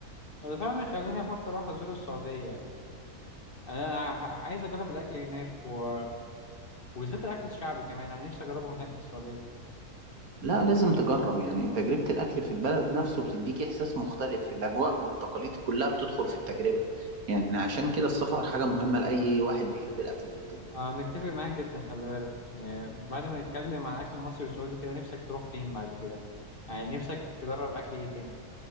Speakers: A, on the left; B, on the right.
A: وده فعلا يخليني أفكر أروح أزور السعودية انا ع- عايز اجرب الاكل هناك و... وبالذات الاكل الشعبي كمان انا نفسي اجربه هناك في السعوديه
B: لا لازم تجرب يعني تجربة الأكل في البلد نفسه بتديك إحساس مختلف الأجواء والتقاليد كلها بتدخل في التجربة يعني عشان كده السفر حاجة مهمة لأي واحد بيحب الأكل في الدنيا
A: انا متفق معاك جدا خلي بالك يعني بعد ما نتكلم عن الاكل المصري والسعودي كده نفسك تروح فين بعد كده يعني نفسك تجرب اكل ايه تاني